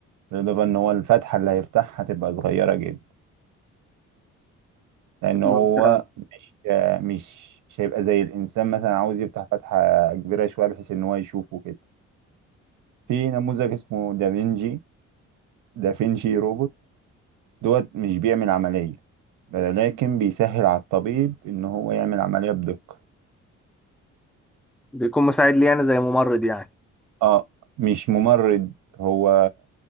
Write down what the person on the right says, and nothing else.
بالإضافة إن هو الفتحة اللي هيفتحها هتبقى صغيرة جدا لأن هو
مش مش مش هيبقى زي الإنسان مثلا عاوز يفتح فتحة كبيرة شوية بحيث إن هو يشوفه كده في نموذج اسمه دافينجي دافينشي روبوت دوت مش بيعمل عملية لكن بيسهل على الطبيب إن هو يعمل عملية بدقة
اه مش ممرض هو